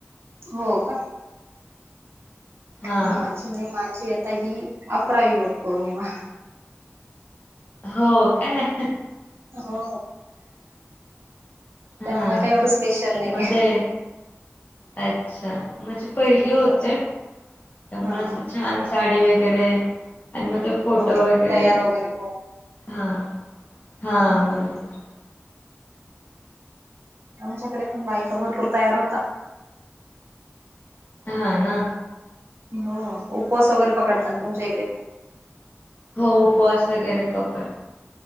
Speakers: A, on the right; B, on the left.
A: हो का
B: हा
A: माझी नाही माझी आता ही अकरावी वटपौर्णिमा.
B: हो काय!
A: हो.
B: हा
A: त्यामुळे काय एवढं स्पेशल नाही.
B: मग ते अच्छा! माझे पहिली होते
A: हो
B: त्यामुळे
A: हा
B: असं
A: हा
B: छान साडी वगैरे आणि मग ते फोटो
A: हो ना
B: वगैरे
A: तयार हो
B: हां. हा
A: हम्म.
B: बरोबर.
A: आमच्याकडे पण बायका भरपूर तयार होता.
B: हा ना.
A: हो उपवास वगैरे पकडताना तुमच्या इकडे.
B: हो उपवास वगैरे पकड